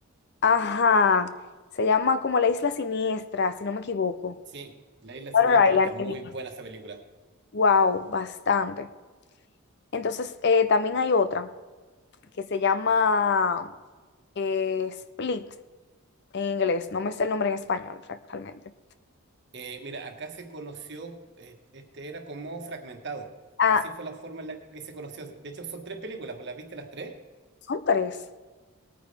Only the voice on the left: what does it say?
ajá, se llama como la Isla Siniestra, si no me equivoco.
Shutter Island
en inglés.
Wow, bastante. Entonces, eh, también hay otra que se llama eh, Split en inglés, no me sé el nombre en español re- realmente.
Ah,
son tres.